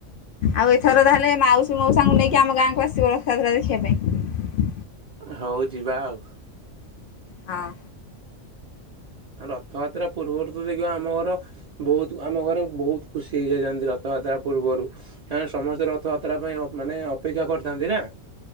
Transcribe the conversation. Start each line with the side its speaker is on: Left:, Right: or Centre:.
Left: ଆଉ ଥର ତାହ ହେଲେ ମାଉସୀ ମଉସାଙ୍କୁ ନେଇକି ଆମ ଗାଁକୁ ଆସିବ ରଥଯାତ୍ରା ଦେଖିବା ପାଇଁ।
Right: ହଉ ଯିବା ଆଉ।
Left: ହଁ।
Right: ରଥଯାତ୍ରା ପୂର୍ବରୁ ତ ଦେଖିବ ଆମ ଘର ବହୁତ ଆମ ଘରେ ବହୁତ ଖୁସି ହେଇଯାଇଥାନ୍ତି ରଥଯାତ୍ରା ପୂର୍ବରୁ। କାରଣ ସମସ୍ତେ ରଥଯାତ୍ରା ପାଇଁ ମାନେ ଅପେକ୍ଷା କରିଥାନ୍ତି। ନା